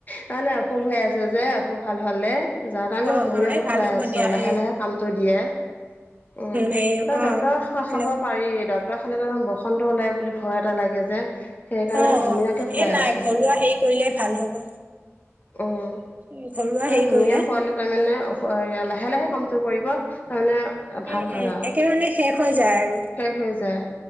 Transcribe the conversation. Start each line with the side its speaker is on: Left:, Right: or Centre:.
Left: নাই নাই অসুখ হৈ আছে যে অসুখ ভাল হ'লে। যাওঁ তাৰ মানে
Right: অ',
Left: হোমেই
Right: অ',
Left: ঔষধ
Right: এই ভাল
Left: খুৱাই
Right: হ'ব
Left: আছোঁ
Right: দিয়া
Left: লাহে
Right: এই
Left: লাহে কামটো দিয়ে। উম
Right: হেৰি অ',
Left: ডক্টৰ খাব
Right: এনে
Left: পাৰি ড ক্টৰ খালে মানে বসন্ত ওলাই বুলি ভয় এটা লাগে যে। সেইকাৰণে
Right: অ
Left: হোমিয়কে
Right: অ
Left: খুৱাই
Right: এ নাই
Left: আছো
Right: ঘৰুৱা হেৰি কৰিলে ভাল হব।
Left: উম
Right: উম, ঘৰুৱা
Left: তই
Right: হেৰি
Left: সুমীয়া
Right: কৰিলে
Left: খোৱালৈ তাৰমানে লাহে লাহে কামটো কৰিব তাৰমানে ভাল
Right: উম
Left: হয়
Right: উম
Left: আৰু
Right: একে ধৰণে শেষ হৈ যায় আৰু।
Left: শেষ হৈ যায়।